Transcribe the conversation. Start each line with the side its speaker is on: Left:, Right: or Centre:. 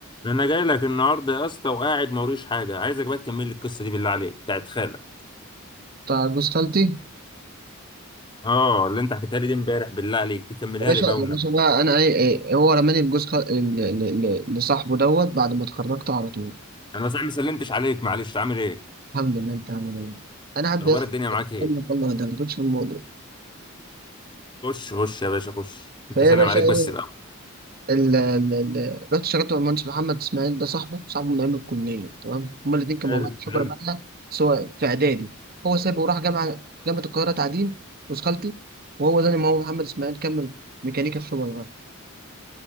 Left: انا جاي لك النهارده يا اسطى وقاعد موريش حاجه عايزك بقى تكمل لي القصه دي بالله عليك بتاعت خالك
Right: بتاع جوز خالتي
Left: اه اللي انت حكيتها لي دي امبارح بالله عليك تكملها
Right: يا باشا
Left: لي بقى
Right: يا
Left: والنبي
Right: باشا بقى انا ايه إيه، إيه، هو رماني لجوز خال... ل- ل- ل- لصاحبه دوت بعد ما اتخرجت على طول
Left: انا صحيح ما سلمتش عليك معلش عامل ايه
Right: الحمد لله انت عامل ايه انا قاعد
Left: اخبار
Right: بس
Left: الدنيا معاك ايه
Right: الله الله ده ما كنتش في الموضوع
Left: خش خش يا باشا خش انت
Right: فهي
Left: سلم
Right: يا باشا
Left: عليك
Right: ايه
Left: بس الاول
Right: ال... ال... ال... رحت شغلت مع المهندس محمد اسماعيل ده صاحبه صاحبه من ايام الكليه تمام هما الاثنين كانوا
Left: حلو
Right: مع بعض خبره
Left: حلو
Right: بقى سواء في اعدادي هو سابه وراح جامعه جامعه القاهره تعدين جوز خالتي وهو زي ما هو محمد اسماعيل كمل ميكانيكا في شبرا